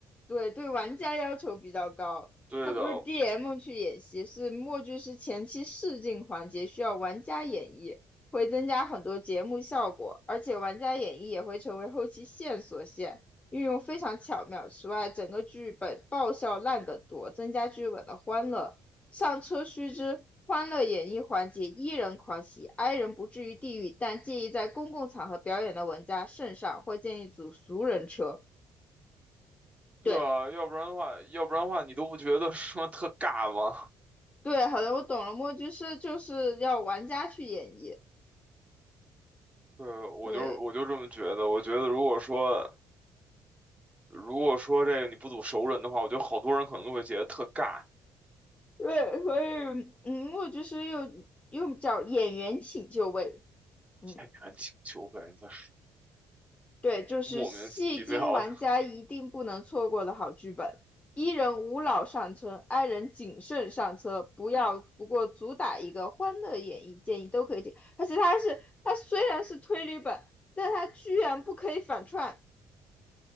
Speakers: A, on the left; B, on the right.
A: 对对，玩家要求比较高。
B: 对的，
A: 它不是 DM 去演习，是默剧是前期试镜环节需要玩家演绎，会增加很多节目效果，而且玩家演绎也会成为后期线索线，运用非常巧妙。此外，整个剧本爆笑烂梗多，增加剧本的欢乐。上车须知，欢乐演绎环节，E 人狂喜，I 人不至于地狱，但介意在公共场合表演的玩家慎上，或建议组俗人车。
B: 对啊，
A: 对。
B: 要不然的话，要不然的话，你都不觉得说特尬吗？
A: 对，好的，我懂了。墨剧是就是要玩家去演绎，
B: <laughs> 对，我就我就这么觉得。
A: 对
B: 我觉得如果说如果说这个你不组熟人的话，我觉得好多人可能都会觉得特尬。
A: 对，所以嗯，墨剧是又又叫演员请就位，嗯，
B: <laughs> 演员请求呗，你在
A: 对，就是戏精玩家一定不能错过的好剧本。
B: 莫名其妙的，
A: 伊人无脑上车，i 人谨慎上车，不要不过主打一个欢乐演绎，建议都可以听。而且它是它虽然是推理本，但它居然不可以反串，